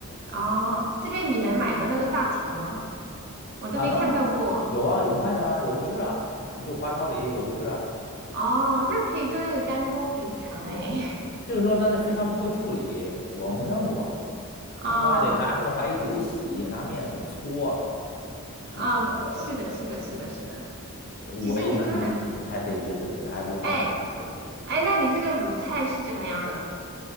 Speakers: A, on the right; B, on the left.
A: 哦，这边你能买到那个大肠吗？我都没看到过。
B: 啊，能有啊，有卖的啊，有的是啊，就华超里有的是啊。
A: 哦，那可以做那个干锅肥肠哎。
B: 就是说咱这肥肠不会处理，我没弄过，
A: <laughs>
B: 听说还得拿什么白酒洗，
A: 哦
B: 拿面粉搓，是怎么着的？
A: 哦，是的，是的，是的，是的。
B: 呃我一看这这这这太费劲了，
A: 其实你做那。
B: 这咱还不如上外面吃呢。
A: 哎哎，那你这个卤菜是怎么样的？